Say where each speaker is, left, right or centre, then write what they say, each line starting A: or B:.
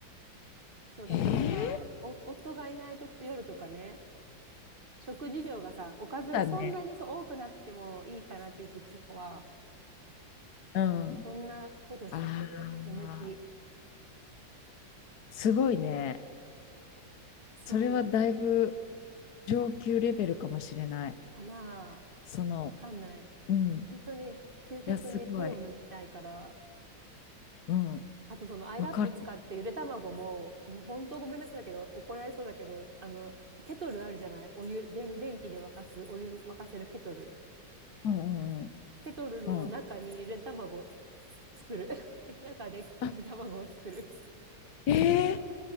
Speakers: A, on the right (about 30°); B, on the left (about 60°).
A: そう、
B: いえ
A: だから、お、夫がいない時と夜とかね、食事量がさ、おかずがそんなにそう多くなくてもいいかなっていう時とかは、
B: ー、だね。うん。
A: そんなことしちゃってる。
B: あ
A: 手抜き。
B: あ、すごいね。
A: そう、
B: それはだいぶ上級レベルかもしれない。
A: かなあ。
B: その、
A: わかんない。
B: うん。
A: 本当に究極に手を抜きたいから、
B: いや、すごい。うん。
A: あとそのアイラップ使ってゆで卵も、
B: わかる。
A: もう本当ごめんなさいだけど、怒られそうだけど、あの、ケトルあるじゃないお湯、でん電気で沸かす、お湯沸かせるケトル。
B: うんうん
A: ケトルの中にゆで卵
B: うん。うん。
A: 作る。<laughs> 中でゆで卵を作る。
B: あ、ええー